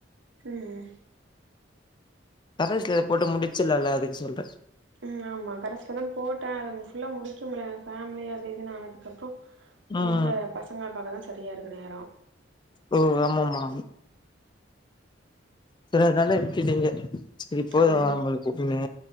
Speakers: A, on the right (about 85°); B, on the left (about 25°).
A: ம்
B: கரஸ்ல போட்டு முடிச்சர்லால்ல அதுக் சொல்றே
A: ம் ஆமா கரஸ்லதா போட்டே அத ஃபுல்லா முடிக்க முட்ல ஏனா ஃபேமிலி அது இதுன் ஆனதுக்கப்றோ
B: ம்
A: எங்க பசங்கள பாக்கத சரியா இருக்கு நேரோ
B: ஓ ஆமாம்மா செரி அதனால விட்டுட்டீங்க செரிப்போது
A: ஆமா
B: நம்புளுக்கு அப்டினு